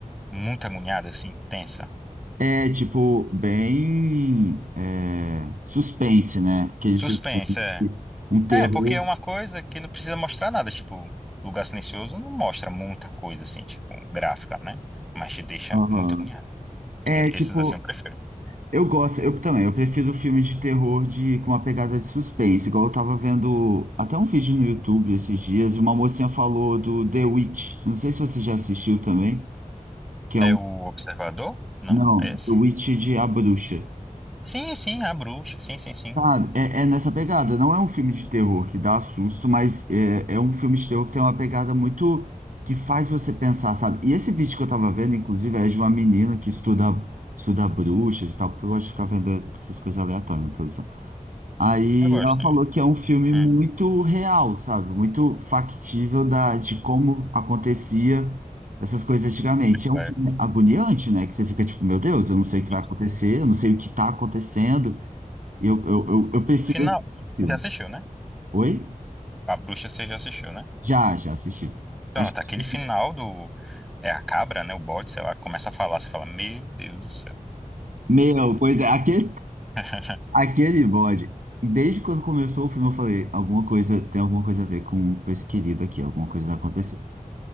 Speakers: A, in the centre; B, on the right.
A: muito agoniada, assim, tensa.
B: É, tipo, bem... é, suspense, né? Aquele
A: Suspense,
B: suspense,
A: é.
B: um terror...
A: É, porque é uma coisa que não precisa mostrar nada, tipo, Lugar Silencioso não mostra muita coisa assim, tipo, gráfica, né? Mas te deixa
B: Aham.
A: muito agoniado.
B: É,
A: E-
B: tipo...
A: Esses assim eu prefiro.
B: Eu gosto, eu também, eu prefiro filme de terror de, com uma pegada de suspense, igual eu tava vendo até um vídeo no YouTube esses dias, e uma mocinha falou do The Witch. Não sei se você já assistiu também, que é
A: É
B: um.
A: o Observador? Não,
B: Não,
A: é esse?
B: The Witch de A Bruxa.
A: Sim, sim, a Bruxa, sim, sim, sim.
B: Sabe, é, é nessa pegada, não é um filme de terror que dá susto, mas é, é um filme de terror que tem uma pegada muito que faz você pensar, sabe? E esse vídeo que eu tava vendo, inclusive, é de uma menina que estuda, estuda bruxas e tal, porque eu gosto de ficar vendo essas coisas aleatórias na televisão. Aí
A: Eu gosto
B: ela falou
A: também.
B: que é um filme muito
A: Hum.
B: real, sabe? Muito factível da, de como acontecia essas coisas antigamente. É um
A: É
B: filme agoniante, né? Que você fica tipo, meu Deus, eu não sei
A: muito-
B: o que vai acontecer, eu não sei o que tá acontecendo. E Eu, eu, eu, eu prefiro
A: Aquele final,
B: esse filme.
A: já assistiu, né?
B: Oi?
A: A Bruxa você já assistiu, né?
B: Já, já assisti.
A: Pronto,
B: Acho que-
A: aquele final
B: <laughs>
A: do... É a cabra, né? O bode, sei lá, começa a falar, você fala, meu Deus do céu.
B: Meu, pois é, aquele,
A: <laughs>
B: aquele bode. Desde quando começou o filme, eu falei, alguma coisa, tem alguma coisa a ver com, com esse querido aqui, alguma coisa vai acontecer.